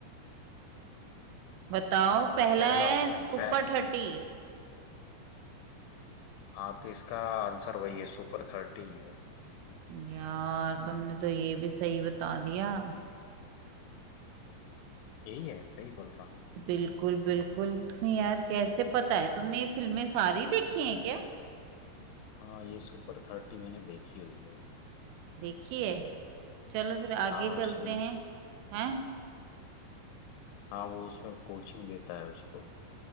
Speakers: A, on the right; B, on the left.
A: बताओ पहला
B: पहला
A: है
B: ऑप्शन
A: सुपर
B: पहला
A: थर्टी
B: हाँ तो इसका आंसर वही है सुपर थर्टी ही है
A: यार तुमने तो ये भी सही बता दिया
B: यही है सही बोल रहा हूँ मैं।
A: बिल्कुल बिल्कुल तुम्हें यार कैसे पता है तुमने ये फिल्में सारी देखी हैं क्या
B: हाँ ये सुपर थर्टी मैंने देखी हुई है
A: देखी है चलो फिर आगे
B: हाँ
A: चलते
B: उसमें
A: हैं हैं
B: हाँ वो उसमें कोचिंग देता है उसको